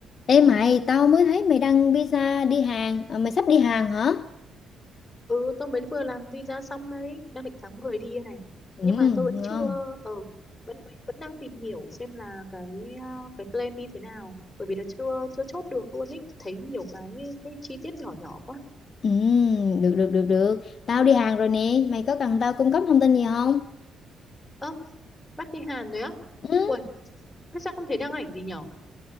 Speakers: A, on the left; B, on the left.
A: Ê mày, tao mới thấy mày đăng visa đi Hàn, à, mày sắp đi Hàn hả?
B: ừ tôi mới vừa làm visa xong đấy đang định tháng 10 đi đây này
A: Ừ,
B: nhưng mà tôi vẫn
A: ngon.
B: chưa ờ vẫn vẫn đang tìm hiểu xem là cái à, cái plan đi thế nào bởi vì là chưa chưa chốt được luôn ý thấy nhiều cái cái chi tiết nhỏ nhỏ quá
A: Ừ, được được được được. Tao đi Hàn rồi nè, mày có cần tao cung cấp thông tin gì không?
B: ơ bác đi Hàn rồi á
A: Ừ.
B: ui thế sao không thấy đăng ảnh gì nhở